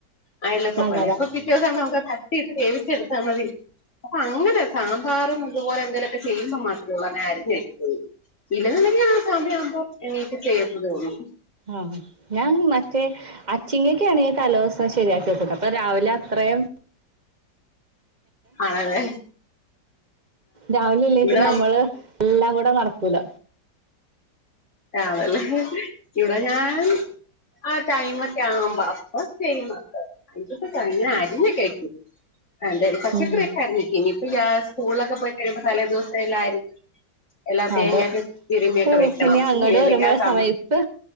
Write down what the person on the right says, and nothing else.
നല്ലതാ
ആഹ് ഞാനിനി മറ്റേ അച്ചിങ്ങ്യക്കാണെ തലോസം ശരിയാക്കി വെക്കുട്ടാ. അപ്പ രാവിലെ അത്രേം
രാവിലല്ലെ
പിന്നെ നമ്മള് എല്ലാം കൂടെ നടക്കൂല.
ഉം
അതെ
ഓ
ഇനി അങ്ങട്
വര്മ്പഴാ
സമയത്ത്